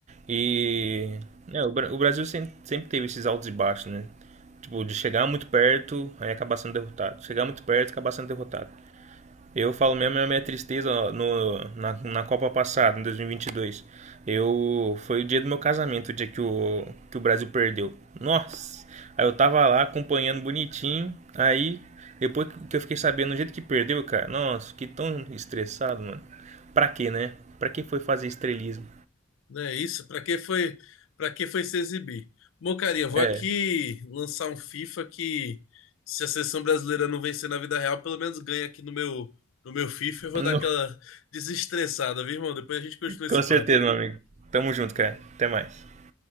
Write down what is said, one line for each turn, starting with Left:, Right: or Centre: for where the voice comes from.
Right: E é, o Bra- o Brasil sem- sempre teve esses altos e baixos, né? Tipo, de chegar muito perto, aí acabar sendo derrotado. Chegar muito perto, acabar sendo derrotado. Eu falo mesmo é a minha tristeza ó, no, na, na Copa passada, em 2022. Eu, foi o dia do meu casamento, o dia que o, que o Brasil perdeu. Nossa! Aí eu tava lá acompanhando bonitinho, aí depois que eu fiquei sabendo do jeito que perdeu, cara, nossa, fiquei tão estressado, mano. Pra quê, né? Pra que foi fazer estrelismo?
Left: Não é isso? Pra que foi, para que foi se exibir? Bom, cara, eu vou
Right: É,
Left: aqui lançar um FIFA que se a seleção brasileira não vencer na vida real, pelo menos ganha aqui no meu no meu FIFA, eu vou
Right: não-
Left: dar aquela
Right: <laughs>
Left: <laughs> desestressada, viu, irmão? Depois a gente continua esse
Right: com certeza,
Left: papo.
Right: meu amigo. Tamo junto, cara. Até mais.